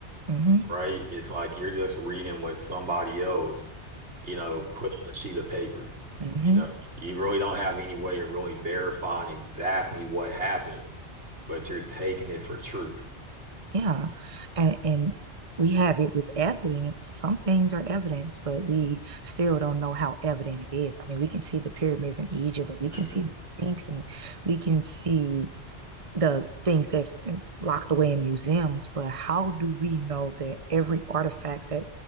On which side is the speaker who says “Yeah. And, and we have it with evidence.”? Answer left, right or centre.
Right